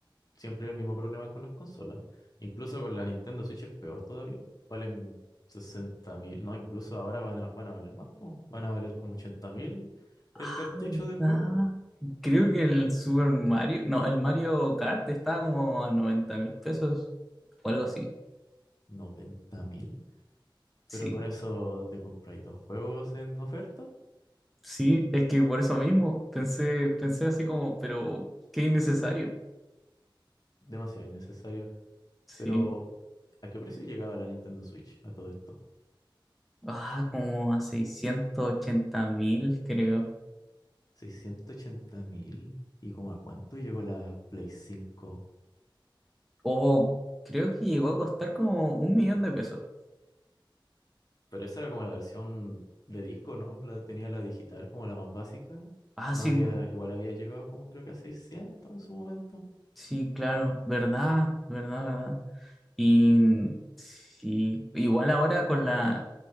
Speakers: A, on the left (about 45°); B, in the centre.
A: siempre el mismo problema con las consolas. Incluso con la Nintendo Switch es peor todavía. Valen sesenta mil, ¿no? Incluso ahora van a, van a valer más, po. Van a valer como ochenta mil el
B: Ah,
A: cartucho
B: ¿verdad?
A: de juego.
B: Creo que el Super Mario, no, el Mario Kart estaba como a 90 mil pesos o algo así.
A: noventa mil.
B: Sí,
A: Pero con eso te compráis dos juegos en oferta.
B: sí, es que por eso mismo pensé, pensé así como, pero qué innecesario.
A: Demasiado innecesario.
B: Sí,
A: Pero, ¿a qué precio llegaba la Nintendo Switch a todo esto?
B: ah, como a 680 mil, creo.
A: 680 mil. ¿Y como a cuánto llegó la Play 5?
B: O creo que llegó a costar como un millón de pesos.
A: Pero esa era como la versión de disco, ¿no? La tenía la digital como la más básica.
B: Ah,
A: No
B: sí,
A: había,
B: po.
A: igual había llegado como creo que a 600 en su momento.
B: sí, claro, verdad, verdad, verdad. Y sí, igual ahora con la,